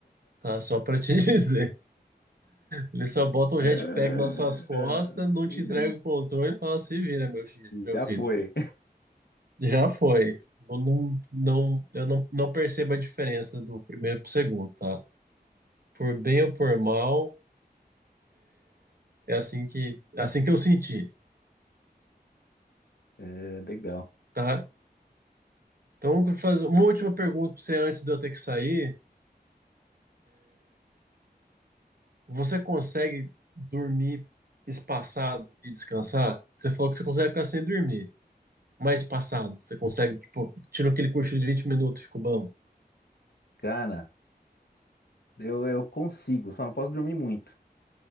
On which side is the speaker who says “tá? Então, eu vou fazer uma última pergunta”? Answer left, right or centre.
Right